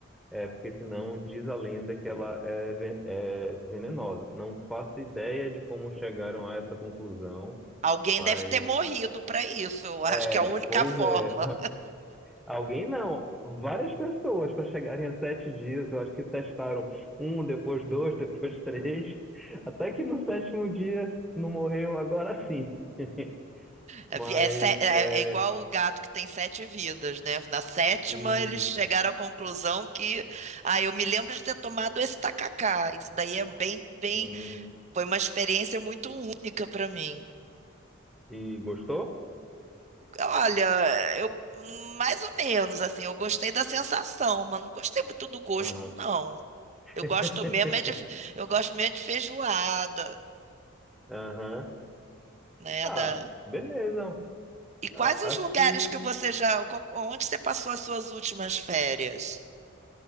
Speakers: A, in the centre; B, on the right (about 35°).
A: é porque senão diz a lenda que ela é, ve- é venenosa. Não faço ideia de como chegaram a essa conclusão,
B: Alguém
A: mas
B: deve ter morrido para isso, eu acho
A: é,
B: que é a única
A: pois
B: forma.
A: é. Alguém não, várias pessoas para chegarem a sete dias. Eu acho que testaram um, depois dois, <laughs> depois três, até que no sétimo dia não morreu, agora sim. <laughs>
B: É,
A: Mas
B: vi- é se- é-
A: é
B: é igual o gato que tem sete vidas, né? Na sétima,
A: isso,
B: eles chegaram à conclusão que, ah, eu me lembro de ter tomado esse tacacá. Isso daí é bem, bem,
A: sim.
B: foi uma experiência muito única para mim.
A: E gostou?
B: Olha, eu mais ou menos assim, eu gostei da sensação, mas não gostei muito do gosto,
A: Aham.
B: não.
A: <laughs>
B: Eu gosto mesmo é de, fe- eu gosto mesmo é de feijoada,
A: Aham.
B: né?
A: Ah,
B: Da...
A: beleza.
B: E quais
A: A-
B: os
A: Acho
B: lugares
A: que
B: que você já, co- onde você passou as suas últimas férias?